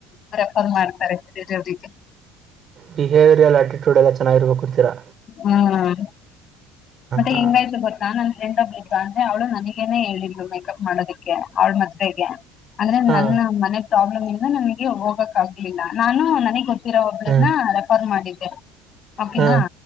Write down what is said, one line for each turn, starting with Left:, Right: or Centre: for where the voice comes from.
Left: ಪ್ರೆಫರ್ ಮಾಡ್ತಾರೆ ಬೇರೆಯವರಿಗೆ.
Right: ಬಿಹೇವಿಯರ ಆಟಿಟ್ಯೂಡ್ ಎಲ್ಲ ಚೆನ್ನಾಗಿರ್ಬೇಕು ಅಂತೀರಾ.
Left: ಹ್ಮ್ ಮತ್ತೆ
Right: ಹಾಂ
Left: ಹೆಂಗಾಯ್ತು ಗೊತ್ತ ನನ್ ಫ್ರೆಂಡ್ ಒಬ್ಳು ಇದ್ಳು ಅಂದ್ರೆ ಅವ್ಳು ನನಿಗೇನೆ ಹೇಳಿದ್ಲು ಮೇಕಪ್ ಮಾಡೋದೀಕ್ಕೆ. ಅವ್ಳ ಮದ್ವೆಗೆ ಅಂದ್ರೆ
Right: ಹಾಂ
Left: ನನ್ನ ಮನೆ ಪ್ರಾಬ್ಲಮ್ ಇಂದ ನನಗೆ ಹೋಗಕ್ ಆಗ್ ಇಲ್ಲ ನಾನು ನನಗ್ ಗೊತ್ತಿರೋ ಒಬ್ಳನ್ನ
Right: ಹಾಂ
Left: ರೆಫರ್ ಮಾಡಿದ್ದೆ. ಓಕೆನಾ
Right: ಹಾಂ